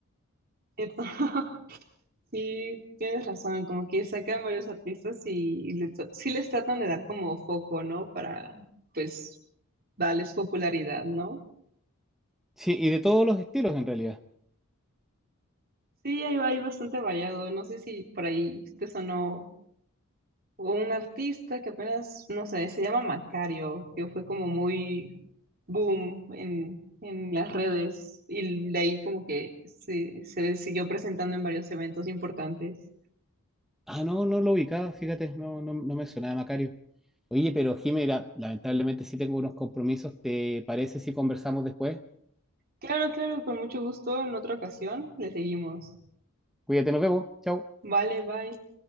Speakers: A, on the right (about 45°); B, in the centre.
A: ¿Cierto? <laughs> Sí, tienes razón, como que sacan varios artistas y les- sí les tratan de dar como foco, ¿no? Para, pues, darles popularidad, ¿no?
B: Sí, y de todos los estilos en realidad.
A: Sí, hay, hay bastante variado, no sé si por ahí te sonó un artista que apenas, no sé, se llama Macario, que fue como muy boom en, en las redes y de ahí como que se, se siguió presentando en varios eventos importantes.
B: Ah, no, no lo ubicaba, fíjate, no, no, no me sonaba Macario. Oye, pero Jimena, lamentablemente sí tengo unos compromisos. ¿Te parece si conversamos después?
A: Claro, claro, con mucho gusto, en otra ocasión le seguimos.
B: Cuídate, nos vemos. Chao.
A: Vale, bye.